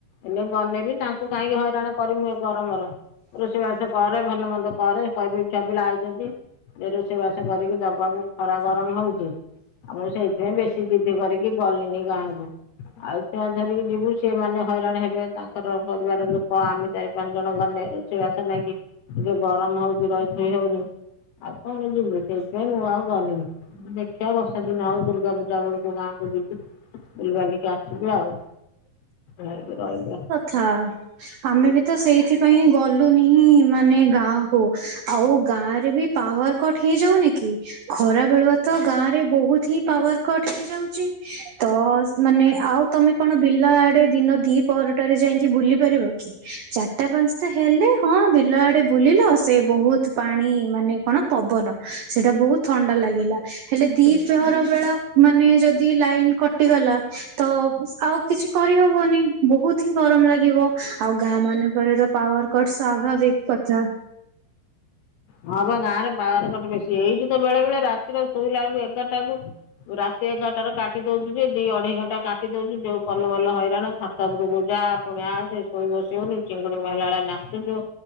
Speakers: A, on the left; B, on the right.
A: ଏନେ ଗନେ ବି ତାଙ୍କୁ କାହିଁକି ହଇରାଣ କରିମୁ ଏ ଗରମର ରୋଷେଇ ବାସ କରେ, ଭଲ ମନ୍ଦ କରେ, କହିବେ ଏ ଛୁଆ ପିଲା ଆଇଚନ୍ତି। ଏ ରୋଷେଇ ବାସ କରିକି ଦବାକୁ ଖରା ଗରମ ହଉଚି। ଆ ମୁଁ ସେଇଥିପାଇଁ ବେଶୀ ଜିଦି କରିକି ଗଲିନି ଗାଁକୁ। ଆଉ ଛୁଆ ଧରିକି ଯିବୁ ଛିଏ ମାନେ ହଇରାଣ ହେବେ ତାଙ୍କର ପରିବାର ଲୋକ, ଆମେ ଚାରି ପାଞ୍ଚ ଜଣ ଗନେ। ରୋଷେଇ ବାସ ନାଇକି, ଏତେ ଗରମ ହଉଚି ରହି ଥୋଇ ହଉନି। ଆଉ କଣ ଯିବି? ସେଇଥିପାଇଁ ମୁଁ ଆଉ ଗନିନି। ଦେଖିଆ ବସ୍ ସେ ଦିନ ହଉ ଦୁର୍ଗା ପୂଜା ବେଳକୁ ଗାଁକୁ ଯିବି। ବୁଲି ବାଲିକି ଆସିବା ଆଉ। <inaudible> ରହିବେ।
B: ଥା। ଆମେ ବି ତ ସେଇଥିପାଇଁ ଗଲୁନିି ହିଁ ମାନେ ଗାଁ କୁ। ଆଉ ଗାଁରେ ବି ପାୱାର କଟ ହେଇଯାଉନି କି, ଖରା ବେଳୁଆ ତ ଗାଁ ରେ ବହୁତ ହି ପାୱାର କଟ ହେଇଯାଉଛି। ତ ମାନେ ଆଉ ତମେ ତମେ ବିଲ ଆଡେ ଦିନ ଦି ପରହରଟାରେ ଯାଇକି ଭୁଲି ପାରିବ କି? ଚାରିଟା ପାଞ୍ଚଟା ହେଲେ ହଁ ବିଲ ଆଡେ ବୁଲିଲ, ସେ ବହୁତ ପାଣି ମାନେ କଣ ପବନ ସେଇଟା ବହୁତ ଥଣ୍ଡା ଲାଗିଲା। ହେଲେ ଦିପ୍ରହର ବେଳ ମାନେ ଯଦି ଲାଇନି କଟିଗଲା, ତ ଆଉ କିଛି କରିହବନି। ବହୁତ ହିଁ ଗରମ ଲାଗିବ। ଆଉ ଗାଁ ମାନଙ୍କରେ ତ ପାୱାର କଟ ସ୍ୱଭାବିକ କଥା।
A: ହଁ ବା ଗାଁରେ ପାୱାର କଟ୍ ବେଶୀ। ଏଇଠି ତ ବେଳେ ବେଳେ ରାତିରେ ଶୋଇଲା ବେଳକୁ ଏଗାରଟା କୁ ରାତି ଏଗାରଟା ର କାଟି ଦଉଚି ଯେ ଦି ଅଢେଇ ଘଣ୍ଟା କାଟି ଦଉଛି। ଯୋଉ କଲ ବଲ ହଇରାଣ ଛାତ ଉପରକୁ ଯା। ପୁଣି ଆସେ ଶୋଇ ବସି ହଉନି ଚିଙ୍ଗୁଡି ବାହିଲା ବେଳେ ନାଚୁଚୁ